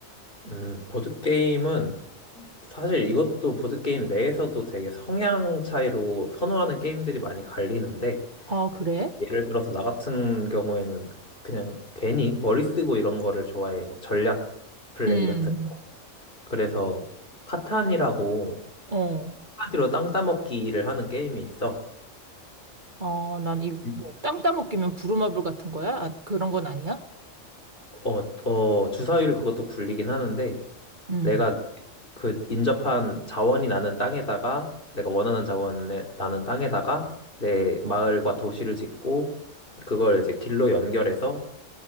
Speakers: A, on the left; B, on the right.
A: 음, 보드게임은 사실 이것도 보드게임 내에서도 되게 성향 차이로 선호하는 게임들이 많이 갈리는데,
B: 아, 그래?
A: 예를 들어서 나 같은 경우에는 그냥 괜히 머리 쓰고 이런 거를 좋아해. 막 전략 플레이
B: 음.
A: 같은. 그래서 카탄이라고
B: 어.
A: 한마디로 땅 따먹기를 하는 게임이 있어.
B: 어, 난 이,
A: 음.
B: 뭐, 땅 따먹기면 부루마블 같은 거야? 아, 그런 건 아니야?
A: 어, 어, 주사위를 그것도 굴리긴 하는데,
B: 음.
A: 내가 그 인접한 자원이 나는 땅에다가 내가 원하는 자원에 나는 땅에다가 내 마을과 도시를 짓고 그걸 이제 길로 연결해서